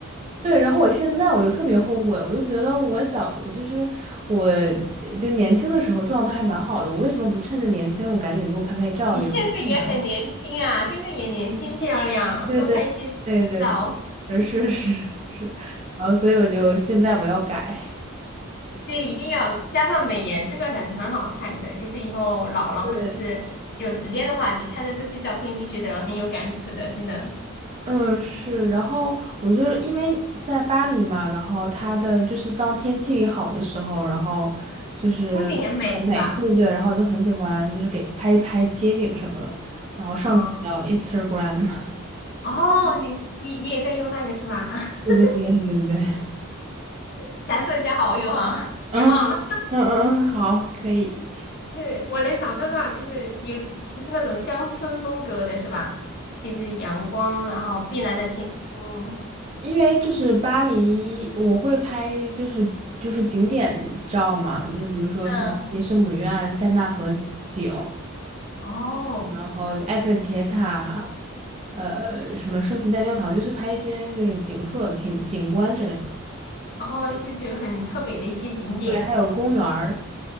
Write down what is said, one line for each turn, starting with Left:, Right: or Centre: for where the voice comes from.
Right: 对，然后我现在我就特别后悔，我就觉得我小，我就是我，呃就是年轻的时候状态还蛮好的，
Left: 嗯，
Right: 我为什么不趁着年轻我赶紧多拍拍照，
Left: 你现在也很年轻啊，
Right: 留个纪念？
Left: 现在也年轻漂亮，
Right: 对对对对对，
Left: 多拍一些照。
Right: 呃是是是，然后所以我就现在我要改。
Left: 对，一定要加上美颜，真的很很好看的。就是以后老了或者是有时间的话，
Right: 对，
Left: 你看到这些照片就觉得很有感触的，真的，
Right: 嗯是，然后我就是因为在巴黎嘛，然后它的就是当天气好的时候，然后就是很美，
Left: 风景很美是吧？
Right: 对对对，然后我就很喜欢就是给拍一拍街景什么的，然后上传到
Left: 嗯，
Right: Instagram。<laughs>
Left: 哦，你你你也在用那个是吧？<laughs>
Right: 对对对对对对，
Left: 霞色加好友啊，
Right: 嗯嗯嗯嗯，
Left: 别忘了，
Right: 好，可以。
Left: 就是我能想象到，就是有就是那种乡村风格的是吧？就是阳光，然后碧蓝的天空，
Right: 因为就是巴黎，我会拍就是就是景点照嘛，就是比如说像雷圣母院、
Left: 嗯，
Right: 塞纳河景，
Left: 哦，
Right: 然后埃菲尔铁塔，呃，什么圣心大教堂，就是拍一些就是景色、景景观之类的。
Left: 是，然后就是就很特别的一些景点。
Right: 对，还有公园儿，